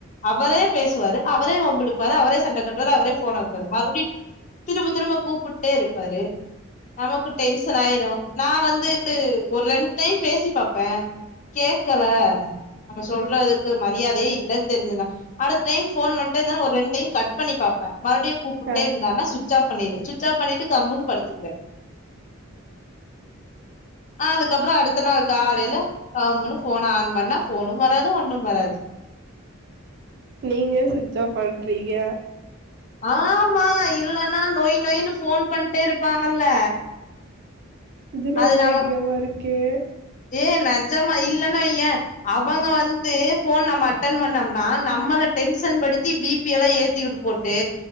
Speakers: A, on the left; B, on the right.
A: அவரே பேசுவாரு அவரே வம்பிழுப்பாரு அவரே சண்ட கட்டுவாரு அவரே ஃபோன வெப்பாரு மறுப்டி திரும்ப திரும்ப கூப்புட்டே இருப்பாரு நமக்கு டென்ஷன் ஆய்ரு நா வந்து ஒரு ரெண் டைம் பேசி பாப்பே கேக்கல நம்ம சொல்றதுக்கு மரியாதையே இல்லன் தெரிஞ்சிதுனா அடுத்த டைம் ஃபோன் பண்ட்டே இர்ந்தார்னா ஒரு ரெண் டைம் கட் பண்ணி பாப்பே மறுப்டியு கூப்புட்டே
B: ஆ
A: இர்ந்தார்னா சுட்ச் ஆப் பண்ணீடுவே சுட்ச ஆப் பண்ணீட்டு கம்முன்னு படுத்துக்குவே ஆ அதுக்கப்றோ அடுத்த நாள் காலைல கம்முனு ஃபோன் ஆன் பண்ணா ஃபோனு வராது ஒன்னும் வராது
B: நீங்க ஏ சுட்ச் ஆஃப் பண்றீங்க
A: ஆமா இல்லனா நொய் நொய்னு ஃபோன் பண்ட்டே இருப்பாங்கல்ல
B: இது நல்ல
A: அது நம்ம
B: ஐடியாவா இருக்கே
A: ஏ நெஜமா இல்லன்னு வையே அவங்க வந்து ஃபோன் நம்ம அட்டன் பண்ணம்னா நம்மள டென்ஷன் படுத்தி பீ பி எல்லா ஏத்திவுட்டு போட்டு